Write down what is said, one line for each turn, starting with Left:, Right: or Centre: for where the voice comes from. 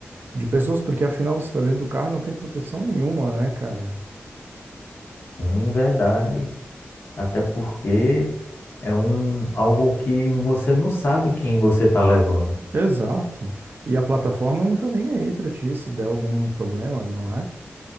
Right: De pessoas, porque afinal você está dentro do carro e não tem proteção nenhuma, né, cara?
Left: em verdade. Até porque é um algo que você não sabe quem você está levando.
Right: Exato. E a plataforma não tá nem aí pra ti se der algum problema, não é?